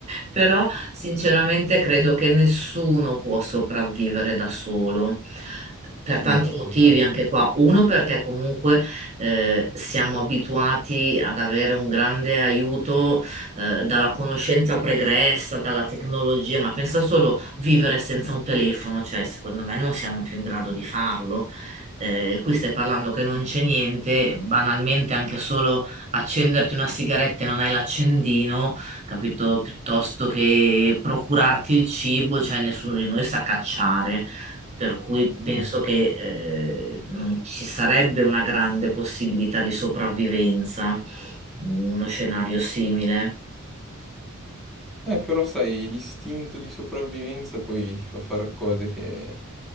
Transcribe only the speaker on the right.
Però, sinceramente, credo che nessuno può sopravvivere da solo. Per
tanti motivi
anche qua. Uno, perché comunque eh, siamo abituati ad avere un grande aiuto eh, dalla conoscenza pregressa, dalla tecnologia, ma pensa solo vivere senza un telefono, cioè secondo me non siamo più in grado di farlo eh, qui stai parlando che non c'è niente, banalmente anche solo accenderti una sigaretta e non hai l'accendino, capito? Piuttosto che procurarti il cibo, cioè nessuno di noi sa cacciare, per cui
penso che eh, non ci sarebbe una grande possibilità di sopravvivenza in uno scenario simile.